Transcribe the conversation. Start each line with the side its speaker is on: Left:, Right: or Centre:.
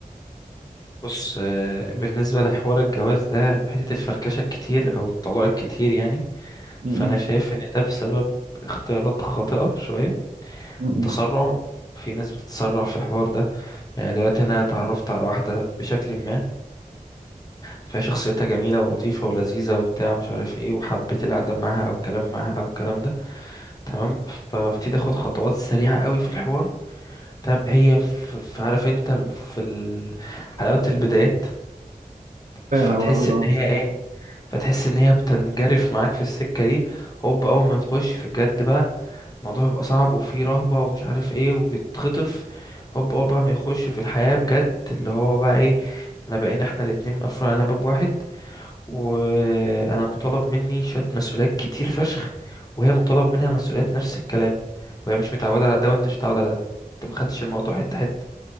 Left: بص آه، بالنسبة لحوار الجواز ده وحتة الفركشة الكتير أو الطلاق الكتير يعني
Right: م-
Left: فأنا
Right: م-
Left: شايف إن ده بسبب اختيارات خاطئة شوية
Right: م-
Left: التسرع
Right: م.
Left: في ناس بتتسرع في الحوار ده يعني دلوقتي أنا اتعرفت على واحدة بشكل ما فشخصيتها جميلة ولطيفة ولذيذة وبتاع مش عارف ايه وحبيت القعدة معاها أو الكلام معاها أو الكلام ده تمام فببتدي أخد خطوات سريعة قوي في الحوار تمام هي في عارف انت في ال- حلاوة البدايات
Right: فاهم
Left: فتحس
Right: الموضوع ده
Left: ان
Right: اه
Left: هي ايه فتحس ان هي بتنجرف معاك في السكة دي هوب اول ما نخش في الجد بقى الموضوع بيبقى صعب وفيه رهبة ومش عارف ايه وبيتخطف هوب اول بقى ما يخشوا في الحياة بجد اللي هو بقى ايه احنا بقينا احنا الاتنين مقفول علينا باب واحد وانا مطالب مني شوية مسؤوليات كتير فشخ وهي مطالب منها مسؤوليات نفس الكلام وهي مش متعودة على ده وانت مش متعود على ده انت ما خدتش الموضوع حتة حتة